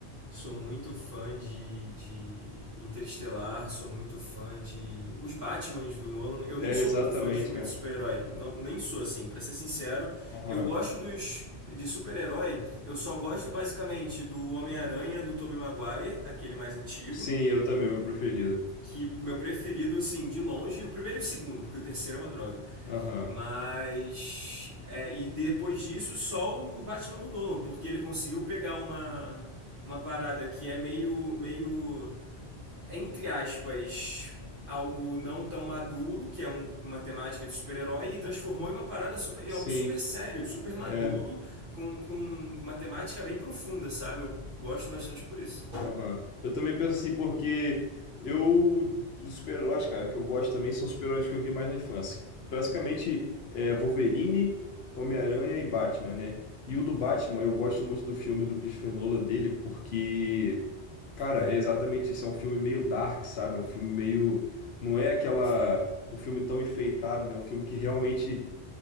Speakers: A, on the right; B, on the left.
A: Sou muito fã de, de Interestelar, sou muito fã de os Batmans do Nolan. Eu
B: É,
A: nem sou
B: exatamente,
A: muito fã de filme
B: cara.
A: de super-herói, não, nem sou assim, para ser sincero.
B: Aham.
A: Eu gosto dos de super-herói, eu só gosto basicamente do Homem-Aranha do Tobey Maguire, aquele mais antigo,
B: Sim, eu também, meu preferido.
A: que meu preferido, assim, de longe, o primeiro e o segundo, porque o terceiro é uma droga.
B: Aham.
A: Mas. é, e depois disso, só o Batman do Nolan, porque ele conseguiu pegar uma, uma parada que é meio. meio. entre aspas. Algo não tão maduro, que é um- uma temática de super-herói, e transformou em uma parada super, em
B: Sim.
A: algo super sério, super maduro,
B: é
A: com, com, com uma temática bem profunda, sabe? Eu gosto bastante por isso.
B: Aham. Eu também penso assim, porque eu, os super-heróis, cara, que eu gosto também são os super-heróis que eu vi mais na infância. Basicamente, é, Wolverine, Homem-Aranha e Batman, né? E o do Batman, eu gosto muito do filme do Christopher Nolan dele, porque, cara,
A: Ah,
B: é exatamente isso. É um filme meio dark, sabe? Um filme meio. Não é aquela.
A: sim.
B: Um filme tão enfeitado, né? Um filme que realmente